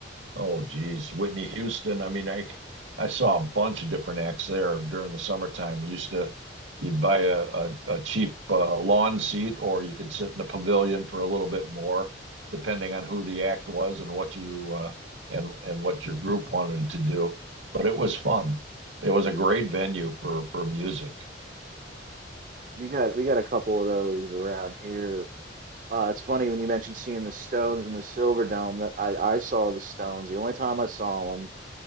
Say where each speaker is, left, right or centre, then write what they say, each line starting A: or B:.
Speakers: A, on the right; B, on the right.
A: Oh, geez, Whitney Houston. I mean, I I saw a bunch of different acts there during the summertime. Used to you'd buy a, a, a cheap uh, lawn seat, or you could sit in the pavilion for a little bit more, depending on who the act was and what you uh, and and what your group wanted to do. But it was fun. It was a great venue for for music.
B: We got we got a couple of those around here. Uh, it's funny when you mentioned seeing the Stones in the Silver Dome that I I saw the Stones. The only time I saw them.